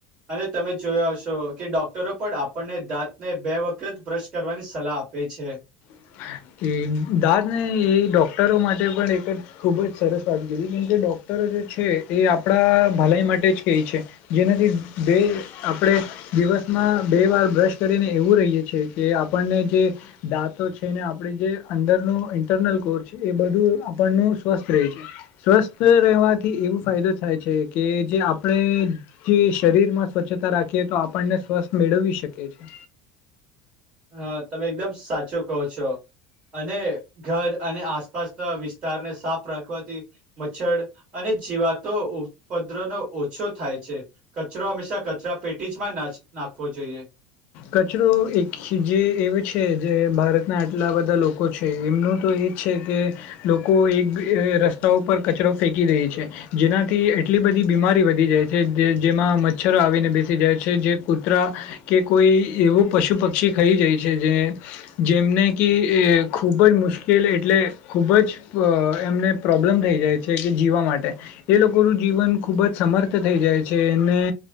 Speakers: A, on the right; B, on the left.
A: અને તમે જોયા છો કે ડોક્ટરો પણ આપણને દાંતને બે વખત બ્રશ કરવાની સલાહ આપે પે છે
B: હ કે દાદ ને એ ડોક્ટરો માટે પણ એક જ ખુબ જ સરસ વાત કરીીધ કેમ કે ડોક્ટરો એ આપણા ભલાઈ માટે જ ક છે જેનાથી બે આપણે દિવસ બે વાર બ્રશ કરીને એવું રહીએ છે કે આપણને જે દાંતો છે થને આપણે જે અંદરનું ઇન્ટરનલ કોર છે એ બધું આપણનું સ્વસ્થ રહે છે સ્વસ્થ રહેવાથી એવું ફાયદો થાય છે કે જે આપણે જે શરીરમાં સ્વચ્છતા રાખીએ આપણને સ્વસ્થ મેળવી શકે છે
A: હા તમે એકદમ સાચો કો છો અને ઘર અને આસપાસના વિસ્તારને સાફ રાખવાથી મચ્છર અને જીવાતો ઉપત્પદ્ર નો ઓછો થાય છે કચરો હંમેશા કચરા પેટીમાં નાખ જોઈએ.
B: કચરો એક જે એવ છે જે ભારતના આટલા બધા લોકો છે એમનું તો એ જ છે કે લોકો એક રસ્તા પરર કચરો ફેંકી રહી છે જેનાથી એટલી બધી બીમારી વધી જાય છે જેમાં મચ્છરો આવીને બેસી જાય છે જે કૂતરા કે કોઈ એવું પશુ પક્ષી ખાઈ જાય છે જે જેમને કે ખૂબ જ મુશ્કેલ એટલે ખૂબ જ એમને પ્રોબ્લેમ થઈ જાય છે કે જીવવા માટે એ લોકો ું જીવન ખૂબ જ સમર્થ થઈ જાય છે અને